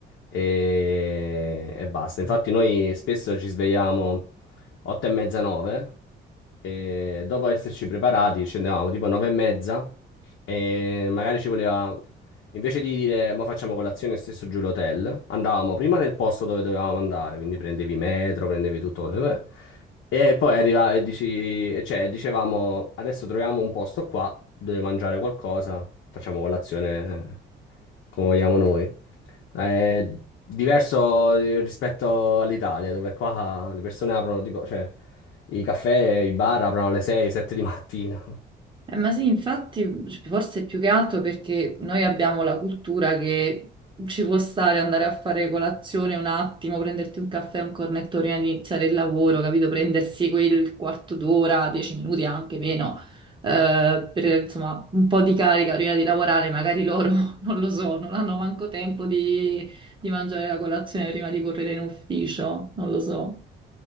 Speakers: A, on the left; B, on the right.
A: e, e basta. Infatti noi spesso ci svegliamo. 8 e mezza, 9. E dopo esserci preparati scendevamo tipo 9 e mezza e magari ci voleva Invece di dire, ma facciamo colazione stesso giù l'hotel, andavamo prima nel posto dove dovevamo andare, quindi prendevi metro, prendevi tutto quello che- E poi arriva e dici, e cioè, dicevamo, adesso troviamo un posto qua dove mangiare qualcosa, facciamo colazione come vogliamo noi. È diverso rispetto all'Italia, dove qua le persone aprono tipo, cioè, i caffè, i bar aprono alle 6, 7 di mattina.
B: Eh, ma sì, infatti, cioè, forse è più che altro perché noi abbiamo la cultura che ci può stare andare a fare colazione un attimo, prenderti un caffè, un cornetto prima di iniziare il lavoro, capito? Prendersi quel quarto d'ora, dieci minuti anche meno, eh, per insomma un po' di carica prima di lavorare. Magari loro <laughs> non lo so, non hanno manco tempo di, di mangiare la colazione prima di correre in ufficio, non lo so.